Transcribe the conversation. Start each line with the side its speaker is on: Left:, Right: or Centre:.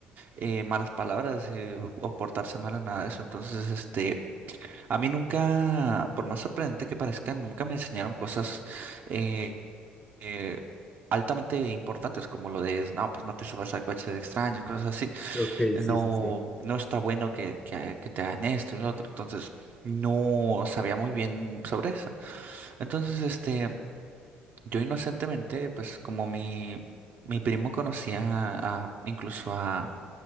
Right: eh, malas palabras eh, o portarse mal o nada de eso. Entonces, este, a mí nunca, por más sorprendente que parezca, nunca me enseñaron cosas eh, eh, altamente importantes como lo de, no, pues no te subas al coche de extraños, cosas así.
Left: Ok,
Right: No,
Left: sí, sí, sí.
Right: no está bueno que, que, que te hagan esto y lo otro. Entonces, no sabía muy bien sobre eso. Entonces, este, yo inocentemente, pues como mi... Mi primo conocía a, incluso a,